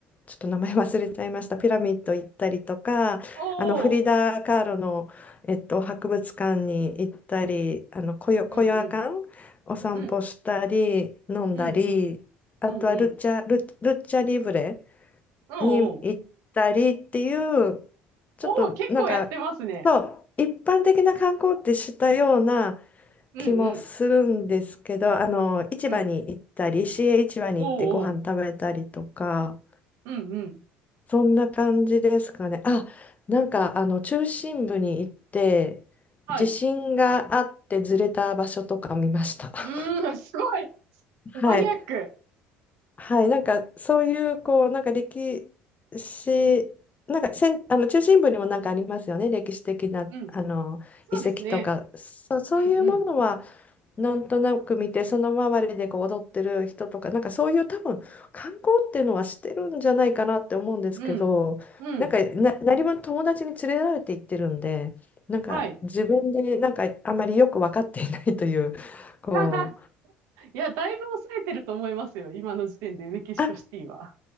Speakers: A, on the left; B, on the right.
A: ちょっと名前忘れちゃいました、ピラミッド行ったりとか、
B: お
A: あのフリダ・
B: ー。
A: カーロの、えっと、博物館に行ったり、あのコヨ、
B: うんうん。
A: コヨアカンお散歩したり、
B: うん。
A: 飲んだり、
B: うんうん。
A: あとはルチャ、
B: うんうん。
A: ル、ルチャリブレ
B: おーおー。
A: に行ったりっていう、ちょっとなんか、
B: おー、結構やってますね。
A: そう、一般的な観光ってしたような
B: うんうん。
A: 気もするんですけど、あの、市場に行ったり、
B: うん。
A: 市営市場に行ってご飯食べたりとか、
B: おーおー。うんうん。
A: そんな感じですかね。あ、なんかあの、中心部に行って、
B: はい。
A: 地震があってずれた場所とか見ました。<laughs>
B: うーん、すごい。
A: はい。
B: マニアック。
A: はい、なんかそういうこうなんか歴史なんかせんあの中心部にもなんかありますよね歴史的なあの遺跡とかそ、
B: うん。そうですね。
A: そういうものは
B: うんうん。
A: なんとなく見てその周りでこう踊ってる人とかなんかそういう多分観光っていうのはしてるんじゃないかなって思うんですけどなんかな何分友達に連れられて行ってるんでなんか自分でなんかあまりよく分かっていないというこう。
B: うん。うん。はい。<laughs> いや、だいぶ抑えてると思いますよ。今の時点でメキシコシティは。
A: あ